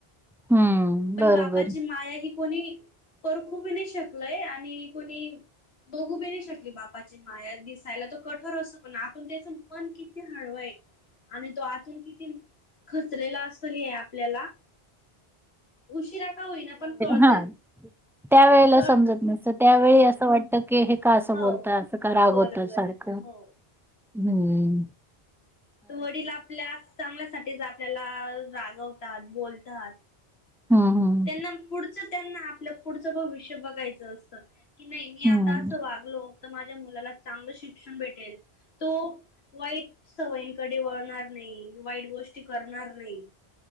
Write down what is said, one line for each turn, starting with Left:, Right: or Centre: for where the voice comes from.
Centre: हम्म
Left: पण
Centre: बरोबर.
Left: बापाची माया ही कोणी परखूब बी नाही शकलय आणि कोणी बघू बी नाही शकली बापाची माया. दिसायला तो कठोर असतो पण आतून त्याच मन किती हळवाय. आणि तो आतून किती खचलेला असतो हे आपल्याला उशिरा. का होईना पण कळतच.
Centre: हा त्यावेळेला
Left: कळतच
Centre: समजत नसत. त्यावेळी
Left: हो
Centre: असं वाटत की हे का असं
Left: हो
Centre: बोलत? असं का रागवता
Left: बरोबर
Centre: सारखं हम्म.
Left: हो तर वडील आपल्या चांगल्यासाठीच आपल्याला रागवतात बोलतात.
Centre: हं हं
Left: त्यांना पुढचं त्यांना आपलं पुढचं भविष्य बघायचं असतं. की नाही मी
Centre: हं,
Left: आता असं वागलो तर माझ्या मुलाला चांगलं शिक्षण भेटेल‌ तो वाईट सवयींकडे वळणार नाही वाईट गोष्टी करणार नाही.